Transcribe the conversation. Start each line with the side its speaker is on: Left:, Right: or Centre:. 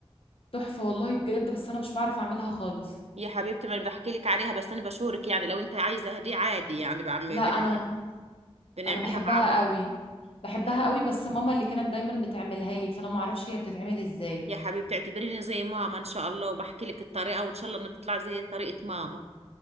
Left: تحفة والله بجد بس انا مش بعرف اعملها خالص
Right: يا حبيبتي ما انا بحكي لك عليها بس انا بشورك يعني لو انت عايزة دي عادي يعني بعم
Left: لا
Right: بنعمل
Left: انا
Right: بنعملها
Left: انا بحبها
Right: مع بعض
Left: قوي بحبها
Right: بتحب
Left: قوي بس ماما اللي كانت دايما بتعملها لي فانا ما اعرفش هي بتتعمل ازاي
Right: يا حبيبتي اعتبريني زي ماما ان شاء الله وبحكي لك الطريقة وان شاء الله انها تطلع زي طريقة ماما